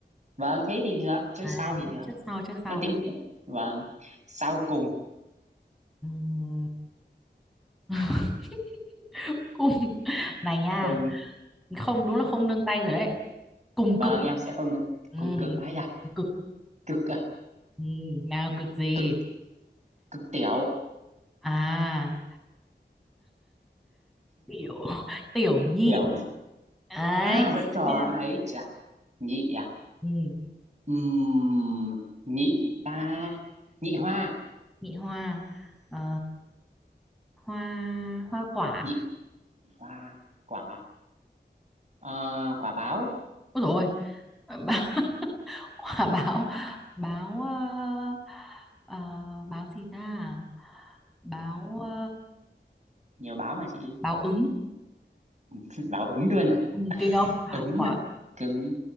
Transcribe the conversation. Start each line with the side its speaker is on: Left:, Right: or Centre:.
Right: vâng thế thì được chứ
Centre: à
Right: sau thì được
Centre: trước sau trước sau
Right: nó tính vâng sau cùng
Centre: Ừm. <laughs> cùng này nha
Right: cùng
Centre: không đúng là không nương tay rồi đấy cùng
Right: vâng
Centre: cực
Right: em sẽ không được
Centre: ừ,
Right: cùng cực ấy
Centre: cùng cực
Right: cực à
Centre: ừ, nào cực gì
Right: cực cực tiểu
Centre: à tiểu <laughs> tiểu nhị
Right: tiểu
Centre: ấy
Right: à vẫn
Centre: chà.
Right: có ấy chà nhị à
Centre: ừ,
Right: Ừm, nhị ta nhị hoa
Centre: nhị hoa Ờ, hoa hoa quả
Right: nhị hoa quả Ờ, quả báo
Centre: ôi rồi <laughs> quả báo báo ờ, ờ, báo gì ta báo ờ,
Right: nhiều báo mà chị
Centre: báo ứng
Right: <laughs> báo ứng luôn à
Centre: ừ, kinh không
Right: ứng
Centre: quả
Right: à cứng